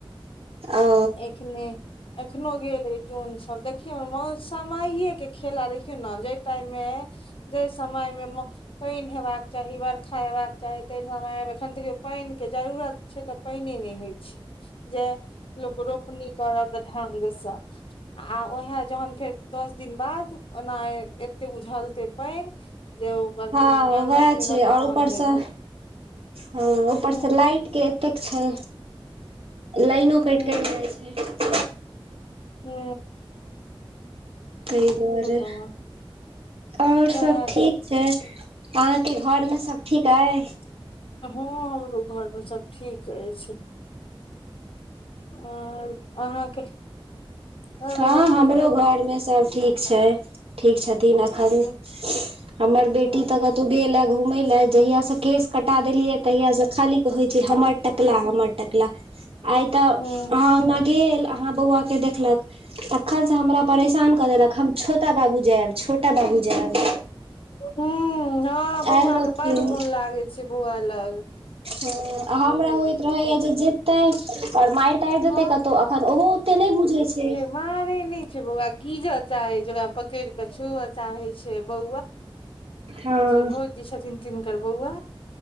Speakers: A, on the right (about 80°); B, on the left (about 70°).
A: ओ
B: एखने एखनो गेल जौन सब देखियऔ ने म समय के खेला देखियौ ने जय टाइम मे जे समयमे पानि हेबाक चाही बरखा हेबाक चाही ताहि समयमे एखन देखियौ पानिके जरूरत छै तऽ पानने नहि होइत छै जे लोक रोपनी करत ढंगसँ आ उएह जहन फेर दस दिन बाद ओना एते उझलते पानि जे ओकर कोनो
A: हँ उएह
B: जरूरत नहि रहतै
A: छै आओर
B: तहन
A: ऊपरसँ
B: हेतै
A: हँ ऊपर
B: हूँ
A: से लाइट के कतेक छै लाइनो
B: हूँ
A: कटि कटि जाइ छै
B: हू
A: ताहि दुआरे
B: तहन
A: आओर
B: सएह
A: सब ठीक अहाँके घर
B: ठीक
A: मे सब ठीक अइ
B: हँ हमरो घरमे सब ठीक अछि आ अहाँके अ
A: हँ हमरो
B: कहियौ कत
A: घरमे सभ ठीक छै ठीक छथिन एखन
B: <inaudible>
A: हमर बेटी
B: हूँ
A: तऽ कतहु गेलए घूमय लए जहियास से केश कटा देलियै तहियास से खाली कहैत छै हमर
B: हूँ
A: टकला हमर टकला आइ तऽ
B: हूँ
A: अहाँ अगना गेल अहाँ बौआ के देखलक तखन से हमरा परेशान क देलक हम छोटा बाबू जायब छोटा बाबू जायब
B: ह हँ बौआ
A: आयल रहथिन
B: के बड मोन लागे छै बौआ ल
A: आ हमरा होयइत रहेया जे जते और मारि तारि देतै
B: हँ
A: क तऽ अन ओहो ते नहि बुझै छ
B: मारे नहि छै ओकरा गीजे चाहे छै ओकरा पकड़ के छु चाहे छ बौ
A: हँ
B: ओ जे भोजी छथिन तिनकर बौआ